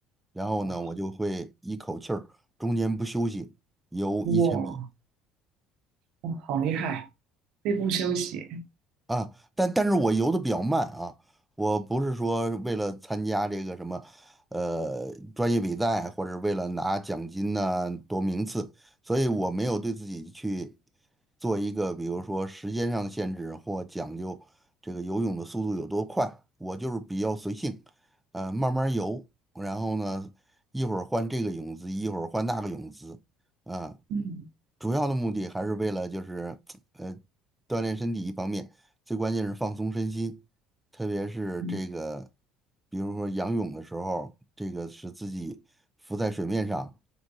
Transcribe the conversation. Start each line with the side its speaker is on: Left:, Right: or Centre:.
Centre: 然后呢，
Right: 哇
Centre: 我就会一口气儿中间不休息游一千米
Right: 哇哇，好厉害！肺部休息，
Centre: 啊。但但是我游的比较慢啊，我不是说为了参加这个什么呃专业比赛，或者为了拿奖金呐、夺名次，所以我没有对自己去。做一个，比如说时间上的限制或讲究这个游泳的速度有多快，我就是比较随性，呃，慢慢游，然后呢，一会儿换这个泳姿，一会儿换那个泳姿，啊、
Right: 嗯
Centre: 主要的目的还是为了就是呃锻炼身体一方面，最关键是放松身心，特别是这个，
Right: 嗯，
Centre: 比如说仰泳的时候，这个是自己浮在水面上，